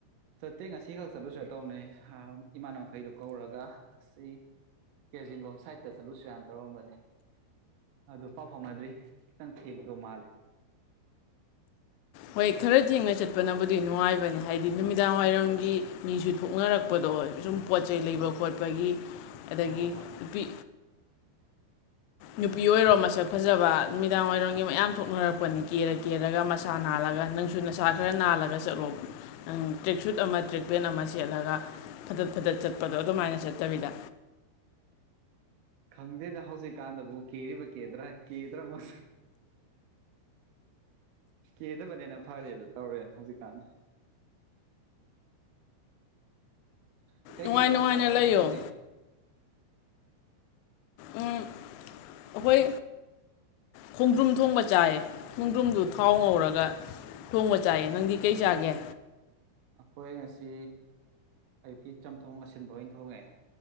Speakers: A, on the right; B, on the left.
A: ꯅꯠꯇꯦ ꯉꯁꯤꯈꯛ ꯆꯠꯂꯨꯁꯤꯔ ꯇꯧꯅꯦ ꯍ ꯏꯃꯥꯟꯅꯕ ꯈꯩꯗꯨ ꯀꯧꯔꯒ ꯉꯁꯤ ꯀꯦꯖꯤꯡ ꯂꯣꯡꯝ ꯁꯥꯏꯠꯇ ꯆꯠꯂꯨꯁꯤꯔꯥꯅ ꯇꯧꯔꯝꯕꯅꯦ ꯑꯗꯨ ꯄꯥꯎ ꯐꯥꯎꯅꯗ꯭ꯔꯤ ꯈꯤꯇꯪ ꯊꯦꯡꯒꯗꯧ ꯃꯥꯜꯂꯦ
B: ꯍꯣꯏ ꯈꯔ ꯊꯦꯡꯅ ꯆꯠꯄꯅꯕꯨꯗꯤ ꯅꯨꯡꯉꯥꯏꯕꯅꯤ ꯍꯥꯏꯗꯤ ꯅꯨꯃꯤꯗꯥꯡ ꯋꯥꯏꯔꯝꯒꯤ ꯃꯤꯁꯨ ꯊꯣꯛꯅꯔꯛꯄꯗꯣ ꯑꯣꯏ ꯁꯨꯝ ꯄꯣꯠ ꯆꯩ ꯂꯩꯕ
A: ꯎꯝ
B: ꯈꯣꯠꯄꯒꯤ ꯑꯗꯒꯤ
A: ꯍꯣꯏ ꯍꯣꯏ ꯍꯣꯏ
B: ꯅꯨꯄꯤ ꯅꯨꯄꯤ ꯑꯣꯏꯔꯣ ꯃꯁꯛ ꯐꯖꯕ ꯅꯨꯃꯤꯗꯥꯡ ꯑꯣꯏꯏꯔꯣꯝꯒꯤ ꯃꯌꯥꯝ ꯊꯣꯛꯅꯔꯛꯄ ꯑꯩꯣꯏꯅꯤ ꯀꯦꯔ ꯀꯦꯔꯒ ꯃꯁꯥꯅ ꯅꯥꯜꯂꯒ ꯅꯪꯁꯨ ꯅꯁꯥ ꯈꯔ ꯅꯥꯜꯂꯒ ꯆꯠꯂꯣ ꯅ ꯇ꯭ꯔꯦꯛ ꯁꯨꯠ ꯑꯃ ꯇ꯭ꯔꯦꯛꯄꯦꯟ ꯑꯃ ꯁꯦꯠꯂꯒ ꯐꯗꯠ ꯐꯗꯠ ꯆꯠꯄꯗꯣ ꯑꯗꯨꯃꯥꯏꯅ ꯆꯠꯇꯕꯤꯗ
A: ꯈꯪꯗꯦꯗ ꯍꯧꯖꯤꯛꯀꯥꯟꯗꯕꯨ ꯀꯦꯔꯤꯕ ꯀꯦꯗ꯭ꯔꯥ ꯀꯦꯗ꯭ꯔꯃ ꯀꯦꯗꯕꯅꯦꯅ ꯐꯔꯦꯗ ꯇꯧꯔꯦꯅ ꯍꯧꯖꯤꯛꯀꯥꯟꯗ ꯎ ꯀꯩꯀꯩ
B: ꯅꯨꯡꯉꯥꯏ
A: ꯏꯟꯁꯥꯡ
B: ꯅꯨꯡꯉꯥꯏꯅ
A: ꯆꯥꯈ꯭ꯔꯕ
B: ꯂꯩꯌꯣ
A: ꯉꯁꯤꯗꯤ <unintelligible>
B: ꯎ ꯑꯩꯈꯣꯏ ꯈꯣꯡꯗ꯭ꯔꯨꯝ ꯊꯣꯡꯕ ꯆꯥꯏꯌꯦ ꯈꯣꯡꯗ꯭ꯔꯨꯝꯗꯨ ꯊꯥꯎ ꯉꯧꯔꯒ ꯊꯣꯡꯕ ꯆꯥꯏꯌꯦ ꯅꯪꯗꯤ ꯀꯩ ꯆꯥꯒꯦ
A: ꯑꯩꯈꯣꯏ ꯉꯁꯤ ꯑꯌꯨꯛꯀꯤ ꯆꯝꯊꯣꯡ ꯑꯁꯤꯟꯕ ꯑꯣꯏꯅ ꯊꯣꯡꯉꯦ